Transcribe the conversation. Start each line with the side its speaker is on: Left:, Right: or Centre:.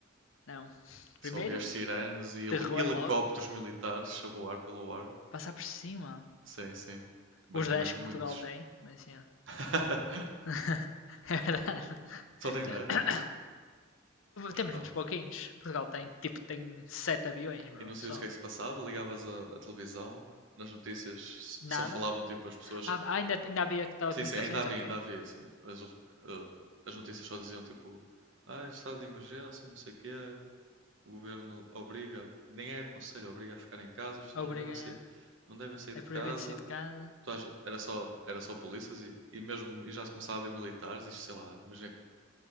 Left: Não.
Right: só
Left: Primeiro,
Right: ouvias sirenes e heli-
Left: terror
Right: helicópteros
Left: logo.
Right: militares a voar pelo ar.
Left: Passar por cima.
Right: Sim, sim. Mas,
Left: Os 10
Right: mas
Left: que
Right: muitos.
Left: Portugal tem. Mas assim, ó.
Right: <laughs>
Left: <laughs> É verdade.
Right: Só tem 10
Left: <coughs>
Right: mesmo? Mas
Left: Temos
Right: pronto.
Left: muitos pouquinhos. Portugal tem, tipo, tem 7 aviões, bro.
Right: E não sabias
Left: Só.
Right: o que é que se passava, ligavas a- à televisão, nas notícias s- só
Left: Nada.
Right: falavam tipo as pessoas.
Left: Ah, ah, ainda, ainda havia telecomunicações?
Right: Sim, sim, ainda havia,
Left: Ok.
Right: ainda havia, assim. As, ul- eh, as notícias só diziam tipo, ah, estado de emergência, não sei o quê, o governo obriga, nem é aconselho, obriga a ficar em casa, as pessoas
Left: Obriga.
Right: não devem sair, não devem sair
Left: É,
Right: de
Left: é proibido
Right: casa.
Left: sair de casa.
Right: Tu às- Era só, era só polícias e, e mesmo e já se começava a ver militares, isto sei lá, imagina que